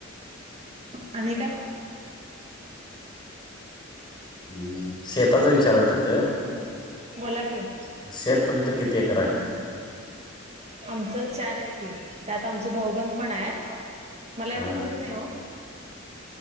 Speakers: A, on the right (about 30°); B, on the left (about 25°).
A: आणि काय?
B: अम्म शेताचं विचारायचं होत.
A: बोला की.
B: शेत तुमचं किती एकर हाय?
A: आमचं चार आय की, त्यात आमचे भाऊबंद पन हायत, मला एवड
B: हा
A: माहित नाइ ओ.